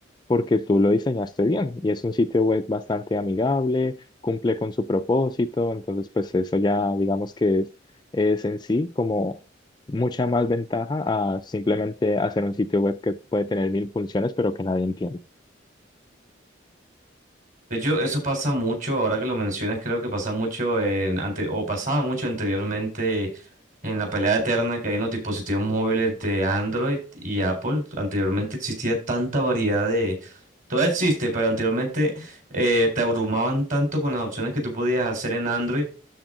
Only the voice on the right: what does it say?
De hecho, eso pasa mucho, ahora que lo mencionas, creo que pasa mucho en ante, o pasaba mucho anteriormente en la pelea eterna que hay en los dispositivos móviles de Android y Apple. Anteriormente existía tanta variedad de, todavía existe, pero anteriormente eh, te abrumaban tanto con las opciones que tú podías hacer en Android